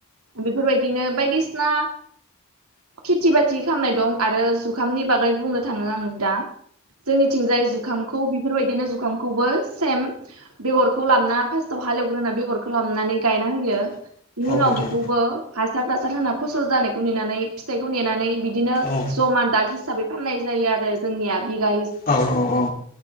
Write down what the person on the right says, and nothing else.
बेफोरबायदिनो बायदिसिना खेथि बाथि खालामनाय दं आरो जुखामनि बागै बुंनो थाङो आं दा। जोंनिथिंजाय जुखामखौ बेफोरबायदिनो जुखामखौबो सेम बेगरखौ लाबना फार्स्टाव हालेवग्रोना बेगरखौ लानानै गायना होयो। बिनि उनाव
बेखौबो हासार थासार होना फसल जानायखौ नेनानै फिथाइखौ नेनानै बिदिनो
ज'मा दाग हिसाबै फाननाय जायो आरो जोंनिया बिघा